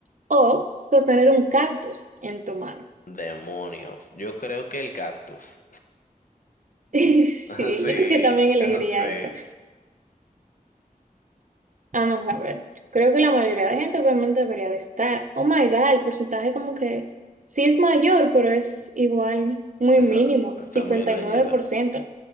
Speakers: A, on the right; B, on the left.
A: o sostener un cactus en tu mano?
B: Demonios, yo creo que el cactus.
A: <laughs> Sí,
B: <laughs> Sí,
A: yo creo que también elegiría
B: <laughs> sí.
A: esa. Vamos a ver. Creo que la mayoría de gente obviamente debería de estar. Oh my God, el porcentaje como que sí es mayor, pero es igual muy
B: Está,
A: mínimo,
B: está
A: cincuenta
B: muy reñido.
A: y nueve por ciento.